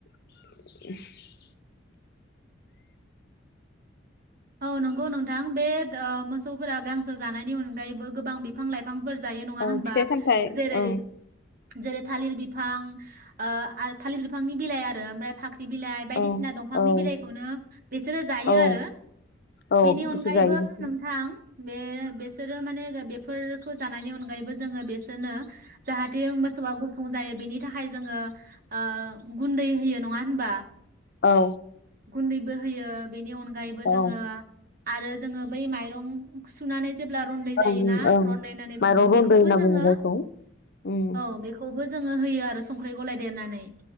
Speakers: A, on the left (about 55°); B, on the right (about 50°).
A: <unintelligible>
B: औ नंगौ नोंथां बे ओ मोसौफोरा गांसो जानायनि अनगायैबो गोबां बिफां-लाइफां फोर जायो नङा
A: औ
B: होबा?
A: फिथाइ सामथाइ
B: जेरै
A: ओं
B: जेरै थालिर बिफां ओ आल थालिर बिफांनि बिलाइ आरो ओमफ्राय फाख्रि नि बिलाइ बायदिसिना
A: औ
B: दंफांनि
A: औ
B: बिलाइखौनो बिसोरो जायो
A: औ
B: आरो।
A: औ
B: बेनि अनगायैबो
A: बेखौ जायो बिसोर
B: नोंथां। बे बेसोरो माने दा बेफोरखौ जानायनि अनगायैबो जोंङो बेसोरनो जाहाथे मोसौआ गुफुं जायो बेनि थाखाय जोंङो ओ गुन्दै होयो नङा होनबा?
A: औ
B: गुन्दैबो होयो। बेनि अनगायै
A: औ
B: जोङो आरो जोङो बै माइरं सुनानै जेब्ला रन्दै जायोना
A: ओं ओं
B: रन्दै होननानै
A: माइरं
B: बुंङो
A: रन्दै
B: बेखौबो
A: होनना
B: जोंङो
A: बुङो जायखौ उम
B: औ बेखौ बो जोंङो होयो आरो संख्रि गलायदेरनानै।